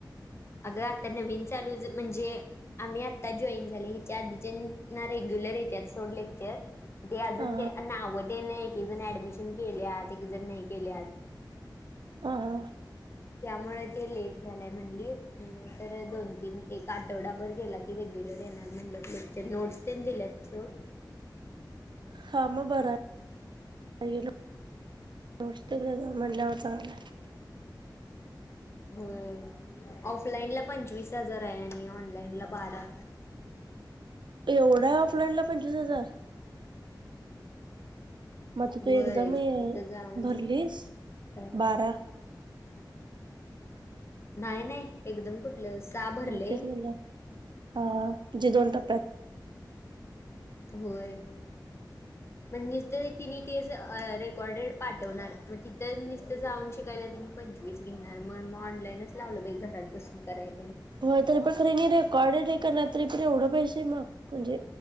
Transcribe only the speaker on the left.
अगं आता नवीन चालू म्हणजे आम्ही आता जॉईन झाले हच्या आधी रेग्युलर य अज
<inaudible> तेने एकी जण ऍडमिशन केल्यात एक जण नाही केल्यात
त्यामुळे ते लेट झालाय म्हणली तर दोन तीन एक आठवडाभर गेला की रेग्युलर येणार म्हणटलं लेक्चर नोट्स पण दिल्यात सं
होय. ऑफलाइन ला पंचवीस हजार आहे आणि ऑनलाइनला बारा.
होय
तिथं जाऊन
काय
नाही -नाही एकदम कुठलं सहा भरलय
-
होय.
मग निसत तिने तेच रेकॉर्डेड पाठवणार मग तिथं नुसतं जाऊन शिकायला त्याने पैशे - पंचवीस घेणार मग मग ऑनलाईनच लावलं बाई घरात बसून करायला.